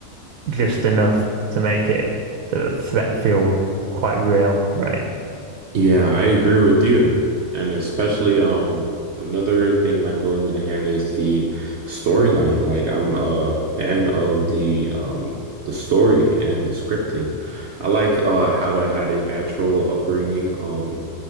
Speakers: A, on the right; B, on the right.
A: just enough to make it the threat feel quite real, right?
B: Yeah, I agree with you. And especially um another thing that goes in the hand is the storyline. Like I'm a fan of the um the story and the scripting. I like uh how it had a natural upbringing. Um